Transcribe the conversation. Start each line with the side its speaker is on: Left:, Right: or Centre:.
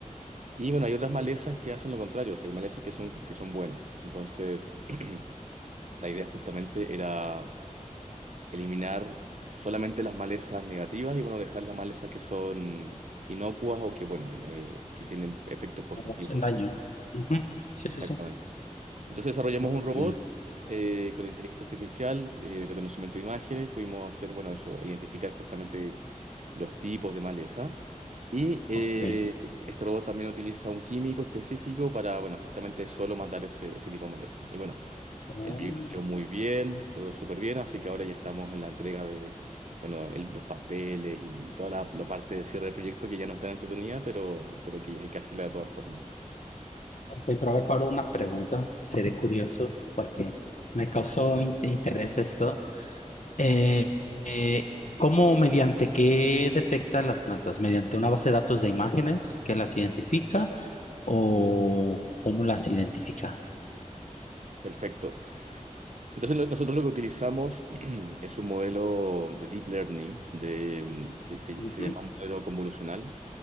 Right: Y bueno, hay otras malezas que hacen lo contrario, o sea, hay malezas que son, que son buenas. Entonces, <clears throat> la idea justamente era eliminar solamente las malezas negativas y bueno, dejar las malezas que son inocuas o que, bueno, eh, que tienen efectos positivos
Left: no hacen daño.
Right: en el cuerpo.
Left: Ujú, Sí,
Right: Exactamente.
Left: sí, sí.
Right: Entonces desarrollamos
Left: Ok,
Right: un robot eh, con inteligencia artificial, eh, reconocimiento de imágenes, pudimos hacer, bueno, eso, identificar justamente los tipos de maleza. Y eh,
Left: ok.
Right: este robot también utiliza un químico específico para, bueno, justamente solo matar ese, ese tipo de maleza. Y bueno,
Left: Oh,
Right: el proyecto salió muy bien, todo súper bien, así que ahora ya estamos en la entrega de, bueno, el- los papeles y toda la, la parte de cierre del proyecto que ya no está entretenida, pero, pero que hay que hacerla de todas formas.
Left: ok, pero a ver, Pablo, una pregunta. Seré curioso porque me causó in- interés esto. Eh, eh, ¿cómo, mediante qué detecta las plantas? ¿Mediante una base de datos de imágenes que las identifica o cómo las identifica?
Right: Perfecto. Entonces lo- nosotros lo que utilizamos <clears throat> es un modelo de deep learning, de, mm, se, se-
Left: Ujú,
Right: se llama modelo convolucional.